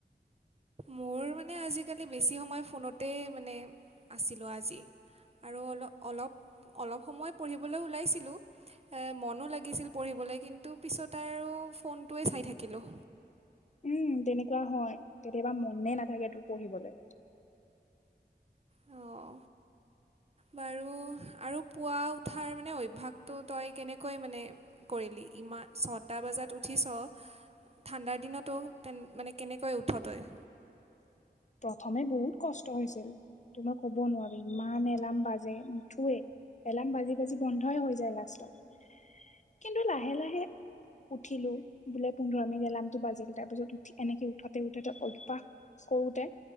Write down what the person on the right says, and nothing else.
মোৰ মানে আজিকালি বেছি সময় ফোনতেই মানে আছিলোঁ আজি। আৰু অল অলপ অলপ সময় পঢ়িবলৈ ওলাইছিলোঁ। এ মনো লাগিছিল পঢ়িবলৈ কিন্তু পিছত আৰু ফোনটোৱে চাই থাকিলোঁ।
অঁ। বাৰু আৰু পুৱা উঠাৰ মানে অভ্যাসটো তই কেনেকৈ মানে কৰিলি ইমান ছটা বজাত উঠিছ ঠাণ্ডাৰ দিনতো তেন মানে কেনেকৈ উঠ তই?